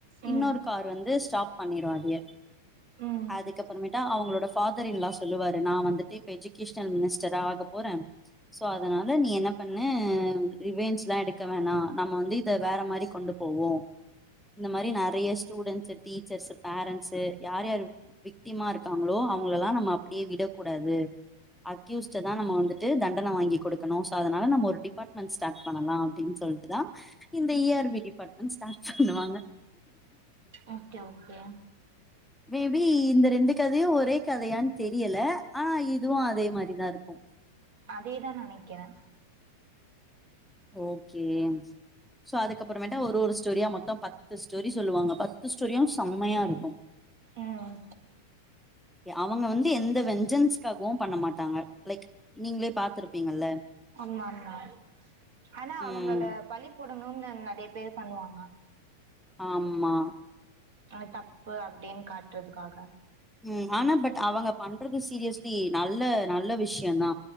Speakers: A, in the centre; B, on the right (about 55°).
A: இன்னொரு
B: ம்
A: கார் வந்து ஸ்டாப் பண்ணிரு அதய
B: ம்
A: அதுக்கப்பறமேட்டு அவங்களோட ஃபாதர் இன் லா சொல்லுவாரு நா வந்துட்டு இப்ப எஜுகேஷனல் மினிஸ்டரா ஆக போறே சோ அதனால நீ என்ன பண்ணு ரிவென்ஜ்லா எடுக்க வேணா நம்ம வந்து இத வேற மாரி கொண்டு போவோ இந்த மாரி நெறைய ஸ்டூடெண்ட்ஸு டீச்சர்ஸ் பேரண்ட்ஸு யார் யார் விக்டிமா இருக்காங்களோ அவங்கள எல்லா நம்ம அப்டியே விடக்கூடாது அக்யூஸ்ட்டதா நம்ம வந்துட்டு தண்டன வாங்கி கொடுக்கணு சோ அதனால நம்ம ஒரு டிபார்ட்மெண்ட்ஸ் ஸ்டார்ட் பண்ணலா அப்டின் சொல்ட்டுதா இந்த E R P department start பண்ணுவாங்க
B: ஓகே ஓகே
A: மேபி இந்த ரெண்டு கதையு ஒரே கதையான் தெரியல ஆ இதுவு அதே மாரிதா இருக்கு
B: அதேதான்னு நெனக்கிறே
A: ஓகே சோ அதுக்கப்புறமேட்டா ஒரு ஒரு ஸ்டோரியா மொத்த பத்து ஸ்டோரி சொல்லுவாங்க பத்து ஸ்டோரியு செம்மையா இருக்கு
B: ம்
A: எ அவங்க வந்து எந்த வெஞ்சன்ஸ்காகவு பண்ண மாட்டாங்க லைக் நீங்ளே பாத்துருப்பீங்கல்ல
B: ஆமா ஆமா ஆனா
A: ம்
B: அவங்கள பழி போ டணுன்னு நெ நெறைய பேர் பண்ணுவாங்க
A: ஆமா
B: அது தப்பு அப்டின் காட்றதுக்காக
A: ம் ஆனா பட் அவங்க பண்றது சீரியஸ்லி நல்ல நல்ல விஷ்யந்தா